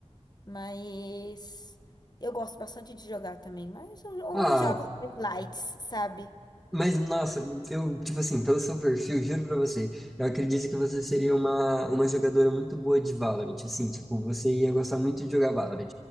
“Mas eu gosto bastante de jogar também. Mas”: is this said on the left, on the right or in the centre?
Left